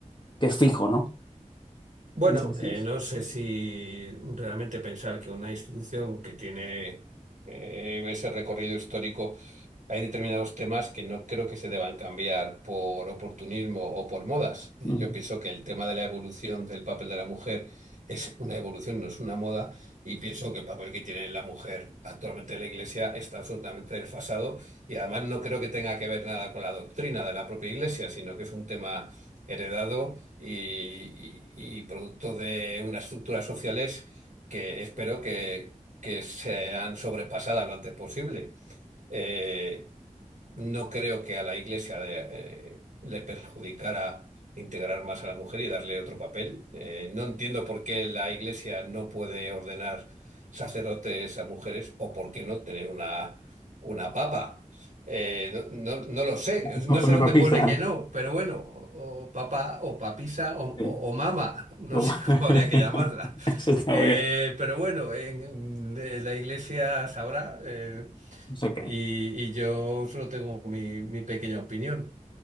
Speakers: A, on the left (about 35°); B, on the right (about 65°).
A: que es fijo, ¿no?
B: Bueno,
A: No sé si-
B: eh, no sé si realmente pensar que una institución que tiene eh, ese recorrido histórico, hay determinados temas que no creo que se deban cambiar por oportunismo o por modas. Eh,
A: Mm.
B: Yo pienso que el tema de la evolución del papel de la mujer es una evolución, no es una moda, y pienso que el papel que tiene la mujer actualmente en la Iglesia está absolutamente desfasado y además no creo que tenga que ver nada con la doctrina de la propia Iglesia, sino que es un tema heredado y, y- y producto de unas estructuras sociales que espero que, que sean sobrepasadas lo antes posible. Eh, no creo que a la Iglesia de- eh, le perjudicara integrar más a la mujer y darle otro papel. Eh, no entiendo por qué la Iglesia no puede ordenar sacerdotes a mujeres o por qué no tener una, una papa. Eh, no, no- no lo sé,
A: <laughs>
B: no sé
A: Una
B: dónde
A: papita,
B: pone que
A: ¿no?
B: no, pero bueno, o, o papa o papisa o,
A: Sí.
B: o- o mama, no
A: Oh,
B: sé <laughs> cómo
A: <laughs>
B: habría que llamarla.
A: Eso está
B: Eh,
A: muy bien.
B: pero bueno, en- en eh, la Iglesia sabrá. eh,
A: Es ok.
B: y, y yo solo tengo mi, mi pequeña opinión.